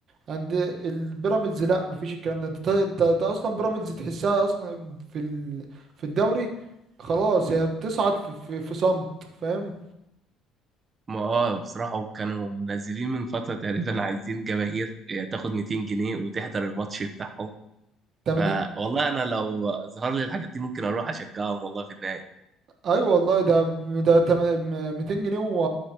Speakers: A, on the right; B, on the right.
A: عند البيراميدز لا مفيش الكلام ده انت ت- انت أنت اصلا بيراميدز تحسها اصلا في ال... في الدوري خلاص هي بتصعد في في, في صمت فاهم
B: ما اه بصراحة كانوا منزلين من فترة تقريبا عايزين جماهير تاخد 200 جنيه وتحضر الماتش بتاعهم
A: 80
B: فوالله انا لو ظهر لي الحاجات دي ممكن اروح اشجعهم والله في النهاية
A: ايوه والله ده ده تم- 200 جنيه و...